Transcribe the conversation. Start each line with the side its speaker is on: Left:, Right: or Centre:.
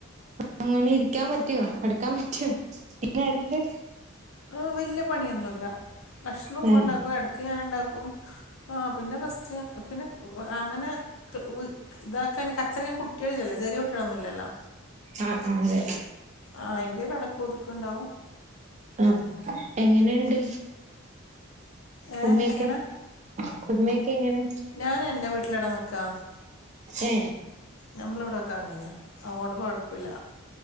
Right: അപ്പൊങ്ങനെ ഇരിക്കാൻ പറ്റ്യോ കടക്കാൻ പറ്റ്യോ പിന്നെ ഒരല്
Left: ആ വല്ല്യ പണിയൊന്നൂല്ല ഭക്ഷണം ഉമ്മണ്ടാക്കും
Right: ആ
Left: എട ക്കെ ഞാണ്ടാക്കും ആ പിന്നെ റസ്റ്റ് പിന്നെ ആ അങ്ങനെ ക് വീ ക് ഇതാക്കാന് കച്ചറക്ക്‌ കുട്ട്യാളില്ലല്ലോ ചെറിയ കുട്യാളൊന്നൂല്ലല്ലോ
Right: ആ ആ അതെ
Left: ആ അയിൻ്റെ ഒരടക്കോം ഒതുക്കണ്ടാവും
Right: ആ എങ്ങനെണ്ട്?
Left: ഏ
Right: ഉമ്മയൊക്കെ
Left: എങ്ങനെ
Right: ഉമ്മയൊക്കെ എങ്ങനെ?
Left: ഞാൻ എന്റെ വീട്ടിലാടാ നിക്കാ
Right: ക്ഷേ
Left: ഞമ്മളിവിടൊക്കെ അങ്ങനെയാ അഅ്ങ്ങോണ്ട് കുഴപ്പല്ല